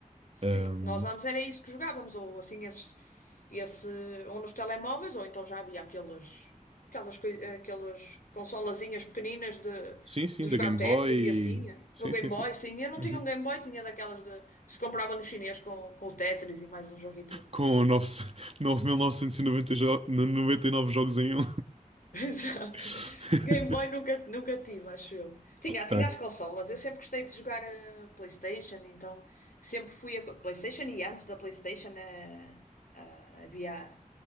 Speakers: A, on the left; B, on the right.
A: Sim,
B: Um,
A: nós antes era isso que jogávamos, ou assim, esses, esse, ou nos telemóveis, ou então já havia aqueles, aquelas, coi- aquelas consolazinhas pequeninas de,
B: sim, sim,
A: de jogar
B: da Game
A: o Tetris
B: Boy.
A: e assim,
B: Sim,
A: o Game
B: sim,
A: Boy,
B: sim.
A: sim, eu não
B: Uhum.
A: tinha um Game Boy, tinha daquelas de, que se comprava no chinês com, com o Tetris e mais uns joguitos assim.
B: Com nove- <laughs> nove mil novecentos e e noventa jo- noventa e nove jogos em um.
A: <laughs> Exato.
B: <laughs>
A: Game Boy nunca, nunca tive, acho eu. Tinha, tinha
B: Ok.
A: as consolas. Eu sempre gostei de jogar a PlayStation, então sempre fui a PlayStation e antes da PlayStation eh, ah, havia